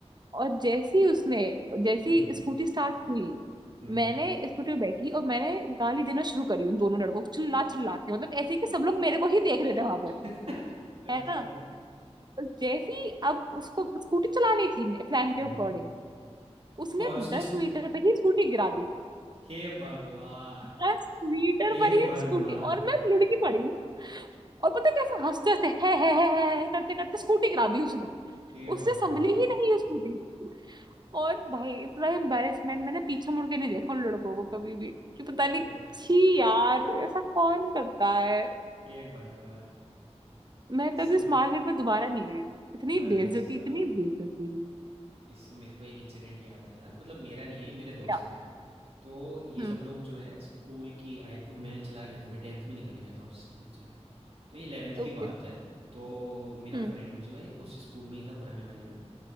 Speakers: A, on the right; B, on the right.
A: और जैसे ही उसने जैसे
B: हम्म
A: ही स्कूटी स्टार्ट हुई
B: हम्म
A: मैंने स्कूटी पे बैठी और मैंने गाली देना शुरू करी उन दोनों लड़कों को चिल्ला चिल्ला के मतलब ऐसे कि सब लोग मेरे को ही देख रहे थे वहां पे
B: <laughs> अच्छा
A: है ना और जैसे ही अब उसको स्कूटी चलानी थी प्लान के
B: हम्म
A: अकॉर्डिंग उसने
B: और उसने
A: दस
B: स्क-
A: मीटर पर ही स्कूटी गिरा दी
B: हे भगवान
A: दस मीटर
B: हे
A: पर ही
B: भगवान
A: स्कूटी और मैं लुढ़की पड़ी हूँ और पता है कैसे हंसते हंसते है, है, है, है, है करते करते स्कूटी गिरा दी उसने
B: हे
A: उससे
B: भगवान
A: संभली ही नहीं ये स्कूटी और भाई इतना एम्बैरेसमेंट मैंने पीछे मुड़ के नहीं देखा उन लड़कों को कभी भी कि पता नहीं
B: हे
A: छी यार ऐसा कौन करता है
B: हे भगवान
A: मैं कभी
B: इससे
A: उस मार्केट में दोबारा नहीं गई इतनी
B: भाई
A: बेइज्जती
B: साहब
A: इतनी बेइज्जती
B: इससे मेरे को एक इंसिडेंट याद आया मतलब मेरा नहीं है मेरे दोस्त
A: क्या
B: का है तो ये
A: हम्म
B: सब लोग जो है स्कूल की आई मैं चला गया था मैं टेंथ में निकल गया था उस स्कूल से तो ये इलेवेंथ की
A: ओके
B: बात है तो मेरा
A: हम्म
B: फ्रेंड जो है एक उस स्कूल में ही था पुराने वाले में